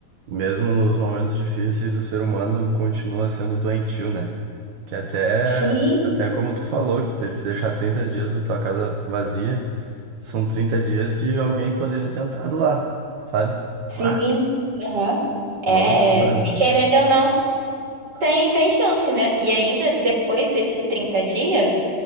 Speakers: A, on the right; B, on the right.
A: Mesmo nos momentos difíceis, o ser humano continua sendo doentio, né? Que até,
B: sim,
A: até como tu falou, que tu teve que deixar 30 dias da tua casa vazia, são 30 dias que alguém poderia ter entrado lá, sabe?
B: sim.
A: Ah,
B: aham. É,
A: uma loucura, mano.
B: querendo ou não. Tem, tem chance, né? E ainda depois desses 30 dias,